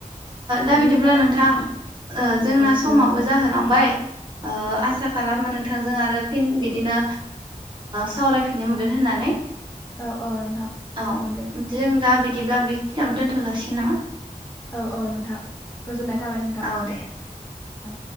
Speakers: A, on the left; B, on the right.
A: बिदिनो
B: दा बिदिब्ला नोंथां
A: औ
B: जोंना
A: औ
B: समाबो
A: दे बुं नोंथां
B: जाहोलांबाय
A: औ
B: आसा खालामो नों बिथांजों आरो फिन बिदिनो सावरायफिननो मोनगोन होननानै
A: औ औ नोंथां
B: औ
A: जागोन दे
B: जों दा बिदिब्ला
A: ओं
B: बेखिनियावनो दोनथ' जासिगोन नामा?
A: औ औ नोंथां गोजोननाय थाबाय नोंथां
B: औ दे
A: औ।